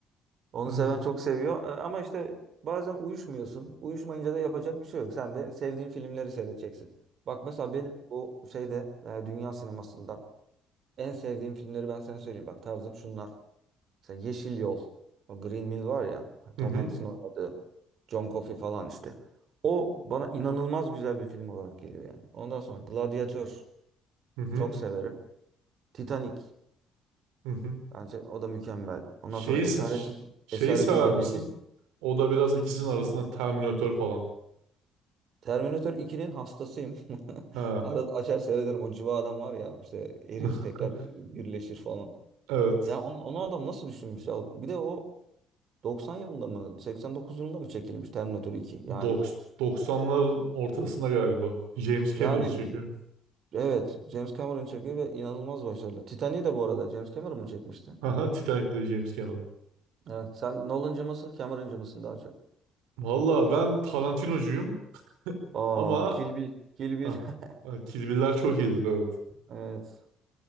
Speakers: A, on the right; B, on the right.
A: Onu
B: Hı hı
A: seven çok seviyor. E, Ama işte bazen uyuşmuyorsun. Uyuşmayınca da yapacak bir şey yok. Sen de sevdiğin filmleri seyredeceksin. Bak mesela benim bu şeyde e, dünya sinemasından en sevdiğim filmleri ben sana söyleyeyim. Bak tarzım şunlar. Mesela Yeşil Yol. O Green Mile var ya. Tom
B: hı
A: Hanks'in oynadığı. John Coffey falan işte. O bana inanılmaz güzel bir film olarak geliyor yani. Ondan sonra Gladiator.
B: hı hı.
A: Çok severim. Titanic.
B: hı.
A: Bence o da mükemmel. Ondan
B: Şeyi
A: sonra Esaretin,
B: se- ş- şeyi
A: Esaretin
B: sever
A: Bedeli.
B: misin? O da biraz ikisinin arasında Terminator falan.
A: Terminator 2'nin hastasıyım. <laughs>
B: Ha.
A: Arada açar seyrederim. O cıva adam var ya işte erir
B: <laughs>
A: tekrar birleşir falan.
B: Evet.
A: Ya on, onu adam nasıl düşünmüş ya? Bir de o 90 yılında mı 89 yılında mı çekilmiş Terminator 2? Yani
B: Doks- 90'lar ortasında galiba. James Cameron
A: yani
B: çekiyor.
A: evet James Cameron çekiyor ve inanılmaz başarılı. Titanic'i de bu arada James Cameron mu çekmişti?
B: Haha, Titanic'te James Cameron.
A: Evet. Sen Nolan'cı mısın, Cameron'cı mısın daha çok?
B: Valla ben Tarantinocuyum
A: Aa,
B: ama
A: Kill Bill. Kill Bill.
B: ha,
A: <laughs>
B: Kill Bill'ler çok iyidir evet.
A: Evet.